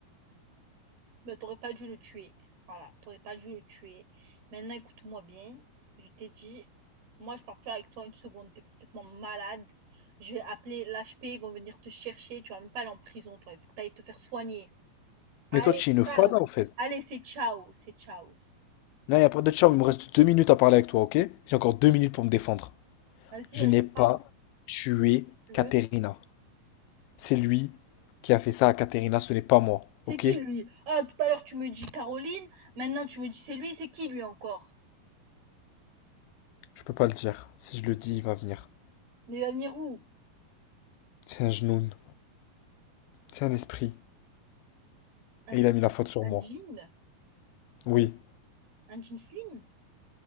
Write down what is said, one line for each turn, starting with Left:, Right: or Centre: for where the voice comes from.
Right: Ben, t'aurais pas dû le tuer. Voilà, t'aurais pas dû le tuer. Maintenant, écoute-moi bien. Je t'ai dit, moi, je parle plus avec toi une seconde. T'es complètement malade. Je vais appeler l'HP, ils vont venir te chercher. Tu vas même pas aller en prison, toi. Il faut que t'ailles te faire soigner. Allez,
Left: Mais toi, tu es une
Right: ciao.
Left: fada en fait.
Right: Allez, c'est ciao, c'est ciao.
Left: Là, il n'y a pas de chat, il me reste deux minutes à parler avec toi, ok? J'ai encore deux minutes pour me défendre.
Right: Vas-y,
Left: Je
Right: vas-y,
Left: n'ai pas
Right: parle.
Left: tué
Right: si tu
Left: Katerina.
Right: veux.
Left: C'est lui qui a fait ça à Katerina, ce n'est pas moi,
Right: C'est
Left: ok?
Right: qui lui? Ah, tout à l'heure tu me dis Caroline, maintenant tu me dis c'est lui, c'est qui lui encore?
Left: Je peux pas le dire. Si je le dis, il va venir.
Right: Mais il va venir où?
Left: C'est un genoun, c'est un esprit. Et
Right: Un,
Left: il a mis la faute sur
Right: un
Left: moi.
Right: jean?
Left: Oui,
Right: Un jean slim?